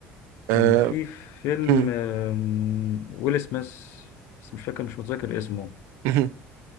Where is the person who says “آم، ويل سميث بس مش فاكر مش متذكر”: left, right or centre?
Left